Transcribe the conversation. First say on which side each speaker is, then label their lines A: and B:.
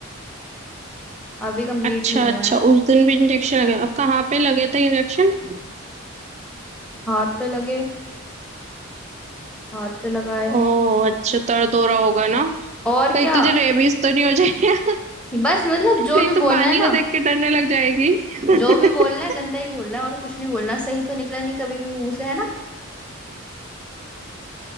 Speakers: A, in the centre; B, on the right.
A: अभी कंप्लीट
B: अच्छा
A: नहीं हुआ
B: अच्छा
A: है
B: उस दिन भी इंजेक्शन लगे अब कहाँ पे लगे थे इंजेक्शन
A: हाथ पे लगे हाथ पे लगाए
B: ओ अच्छा दर्द हो रहा होगा ना
A: और
B: कहीं
A: क्या
B: तुझे रेबीज तो नहीं हो जाए
A: बस मतलब जो
B: गई
A: भी
B: तो
A: बोलना
B: पानी
A: है ना
B: को देख के डरने लग जाएगी <laughs>
A: जो भी बोलना है गंदा ही बोलना है और कुछ नहीं बोलना सही तो निकला नहीं कभी भी मुंह से है ना